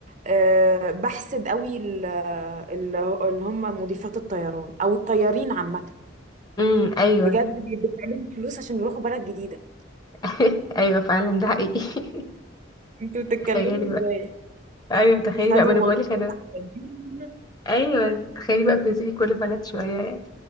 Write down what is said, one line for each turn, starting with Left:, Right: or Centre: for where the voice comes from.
Right: آه، بحسد قوي ال- ال- اللي هم مضيفات الطيران او الطيارين عامه
Left: امم ايوه
Right: بجد بيدفع لهم فلوس عشان يروحوا بلد جديده
Left: <laughs> ايوه فعلا ده حقيقي <laughs>
Right: انتوا بتتكلموا
Left: تخيلي بقى
Right: ازاي
Left: ايوه تخيلي
Right: خدوا
Left: بقى ما انا بقول لك انا
Right: وظيفتين.
Left: ايوه تخيلي بقى بتنزلي كل بلد شويه